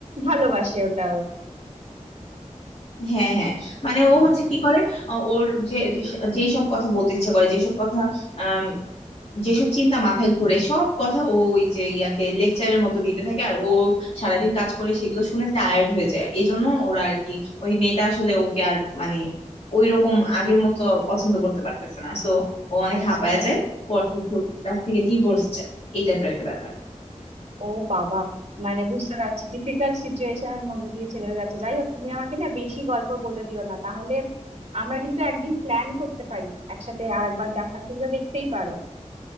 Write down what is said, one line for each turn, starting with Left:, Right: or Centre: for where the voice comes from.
Right: ভালোবাসে ওটাও
Left: হ্যাঁ
Right: হ্যাঁ
Left: হ্যাঁ মানে ও হচ্ছে কি করে আ, ওর যে যে- যেই সব কথা বলতে ইচ্ছে করে যেসব কথা আম, যেসব চিন্তা মাথায় ঘুরে সব কথা ও ওই যে ইয়াকে লেকচারের মতো দিতে থাকে আর ও সারাদিন কাজ করে সেগুলো শুনে টায়ার্ড হয়ে যায় এই জন্য ওরা আর কি ওই মেয়েটা আসলে ওকে আর মানে ওই রকম আগের মতো পছন্দ করতে পারতেছে না সো ও অনেক
Right: আচ্ছা
Left: হাঁপায় যায় পরে হচ্ছে ওর কাছ থেকে ডিভোর্স চায় এই টাইপের একটা ব্যাপার
Right: ও বাবা মানে বুঝতে পারছি ডিফিকাল্ট সিচুয়েশনের মধ্যে দিয়ে ছেলেরা যাচ্ছে যাই হোক তুমি আমাকে না বেশি গল্প বলে দিও না তাহলে আমরা কিন্তু একদিন প্ল্যান করতে পারি একসাথে আরেকবার দেখা তুমি তো দেখতেই পারো